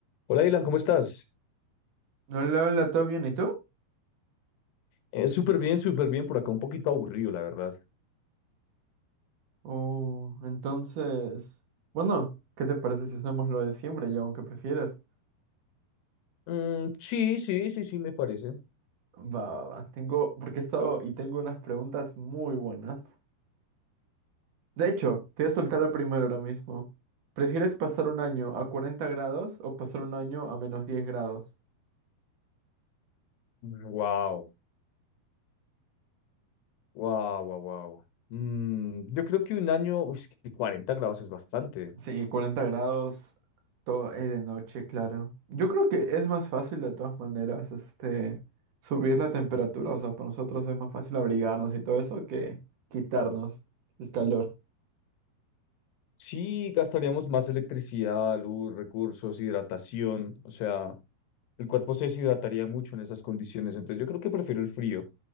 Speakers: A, on the left; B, on the right.
A: Hola, Dylan, ¿cómo estás?
B: Hola, hola, ¿todo bien? ¿Y tú?
A: Eh, súper bien, súper bien. Por acá un poquito aburrido, la verdad.
B: Oh, entonces, bueno, ¿qué te parece si hacemos lo de siempre y aunque prefieras?
A: Mm, sí, sí, sí, sí, me parece.
B: Va, va, va, tengo, porque he estado y tengo unas preguntas muy buenas. De hecho, te voy a soltar la primera ahora mismo. ¿Prefieres pasar un año a 40 grados o pasar un año a menos 10 grados?
A: wow, wow, wow, wow. yo creo que un año, uy, es que 40 grados es bastante.
B: Sí, 40 grados, todo es de noche, claro. Yo creo que es más fácil de todas maneras, este, subir la temperatura, o sea, para nosotros es más fácil abrigarnos y todo eso que quitarnos el calor.
A: Sí, gastaríamos más electricidad, luz, recursos, hidratación. O sea, el cuerpo se deshidrataría mucho en esas condiciones. Entonces, yo creo que prefiero el frío.